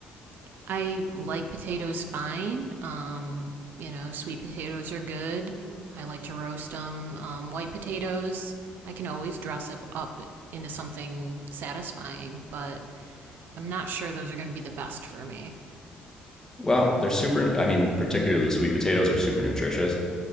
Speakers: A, on the right; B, on the left.
A: <laughs> I like potatoes fine. Um, you know, sweet potatoes are good. I like to roast them. Um, white potatoes, I can always dress up, up into something satisfying, but I'm not sure those are going to be the best for me.
B: Well, they're super, I mean, particularly sweet potatoes are super nutritious.